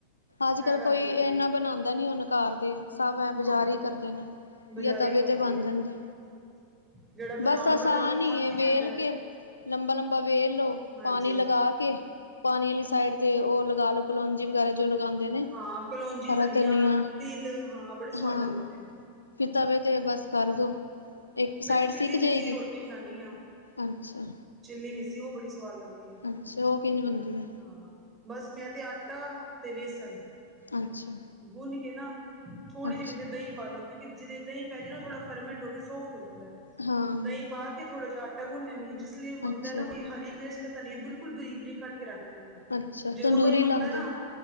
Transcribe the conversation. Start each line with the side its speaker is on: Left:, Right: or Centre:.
Left: ਅੱਜ
Right: ਇਹ
Left: ਕੱਲ
Right: ਗੱਲ
Left: ਕੋਈ
Right: ਹੋ ਜਾਂਦੀ
Left: ਇਨਾ
Right: ਹੈ
Left: ਬਣਾਉਂਦਾ ਨੀ ਉਹਣ ਘ ਦੇ ਸਭ ਐ ਬਜ਼ਾਰ
Right: ਹਾਂ
Left: ਹੀ ਕਰਦੇ ਨੇ
Right: ਬਜ਼ਾਰੀ
Left: ਜਾਂ ਤਵੇ
Right: ਖਾਂਦੇ
Left: ਤੇ ਬਣ
Right: ਨੇ
Left: ਜਾਂਦਾ
Right: ਜਿਹੜਾ ਬਣਾਉਣ
Left: ਬਸ ਆਸਾਨ
Right: ਵਾਲਾ ਉਹ ਤੇ
Left: ਹੀ
Right: ਥੱਕ
Left: ਵੇਲ
Right: ਜਾਂਦਾ ਹੈ।
Left: ਕੇ ਲੰਬਾ-ਲੰਬਾ ਵੇਰ ਲੋ
Right: ਹਾਂਜੀ
Left: ਪਾਣੀ ਲਗਾ ਕੇ ਪਾਣੀ ਵਾਲੀ ਸਾਈਡ ਤੇ ਉਹ ਲਗਾ ਲੋ ਕਲੋਂਜੀ ਵਗੈਰਾ ਜੋ ਲਗਾਉਂਦੇ ਨੇ
Right: ਹਾਂ ਕਲੋਂਜੀ
Left: ਹਰਾ ਧਨੀਆ
Right: ਤਿਲ ਹਾਂ ਬੜੇ ਸਵਾਦ
Left: ਹਾਂ।
Right: ਲੱਗਦੇ ਨੇ
Left: ਫਿਰ ਤਵੇ ਤੇ ਬਸ ਕਰਦੋ ਇੱਕ ਸਾਈਡ
Right: ਮੈਂ ਤੇ ਚਿੱਲੀ
Left: ਸਿੱਕ
Right: ਮਿੱਸੀ
Left: ਜਾਏਗੀ
Right: ਰੋਟੀ ਬਣਾਉਦੀ ਹਾਂ
Left: ਅੱਛਾ।
Right: ਚਿੱਲੀ ਮਿੱਸੀ ਉਹ ਬੜੀ ਸਵਾਦ ਲੱਗਦੀ ਹੈ
Left: ਅੱਛਾ ਉਹ ਕਿੰਝ ਬਣਦੀ ਹੈ
Right: ਹਾਂ ਬਸ ਮੈਂ ਤੇ ਆਟਾ ਤੇ ਵੇਸਣ
Left: ਅੱਛਾ।
Right: ਗੁੰਨ ਕੇ ਨਾ ਥੋੜੀ
Left: ਅੱਛਾ
Right: ਜਿਹੀ ਪਿੱਛੇ ਦਹੀਂ ਪਾਲੋ। ਕਿਉਂਕਿ ਜਿਦੇ ਦਹੀਂ ਪੈ ਜਾਏ ਨਾ ਉਹ ਥੋੜਾ ਫਰਮੈਂਟ ਹੋ ਕੇ ਸੋਫਟ ਹੋ ਜਾਂਦਾ
Left: ਹਾਂ
Right: ਦਹੀਂ ਪਾ ਕੇ ਥੋੜ੍ਹਾ ਜਿਹਾ ਆਟ ਟਾ ਗੁੰਨ ਲੈਂਦੀ ਹਾਂ ਜਿਸ ਲਈ ਮੰਗਦਾ
Left: ਅੱਛਾ
Right: ਨਾ ਕੋਈ ਹਰੀ ਮਿਰਚ ਤੇ ਧਨੀਆ ਬਿਲਕੁਲ ਬਰੀਕ ਬਰੀਕ ਕੱਟ ਕੇ ਰੱਖ ਲੈਂਦੇ ਹਾਂ
Left: ਅੱਛਾ
Right: ਜਦੋਂ
Left: ਤੰਦੂਰੀ
Right: ਕੋਈ
Left: ਲਾਉਂਦੇ
Right: ਮੰਗਦਾ ਨਾ
Left: ਹੋ